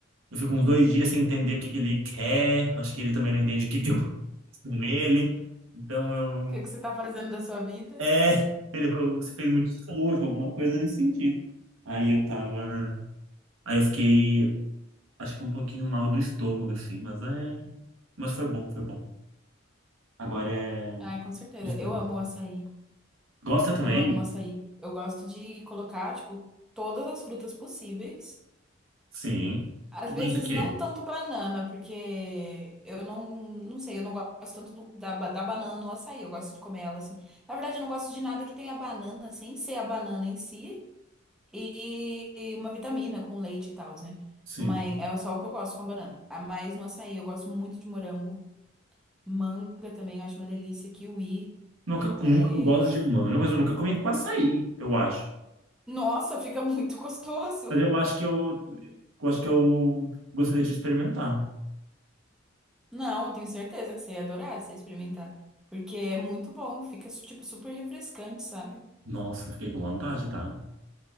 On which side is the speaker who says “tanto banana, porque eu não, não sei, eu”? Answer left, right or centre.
Centre